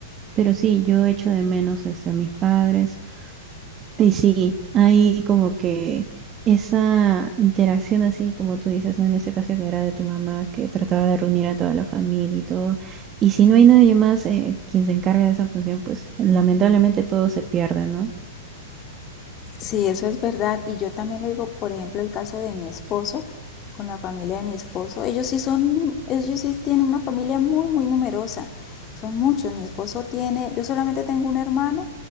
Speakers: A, on the right; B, on the left.
A: Pero sí, yo echo de menos este, a mis padres, y sí, hay como que esa interacción así, como tú dices, ¿no? En este caso que era de tu mamá, que trataba de reunir a toda la familia y todo. Y si no hay nadie más eh, quien se encargue de esa función, pues lamentablemente todo se pierde, ¿no?
B: Sí, eso es verdad. Y yo también lo digo, por ejemplo, el caso de mi esposo, con la familia de mi esposo. Ellos sí son, ellos sí tienen una familia muy, muy numerosa. Son muchos. Mi esposo tiene, yo solamente tengo un hermano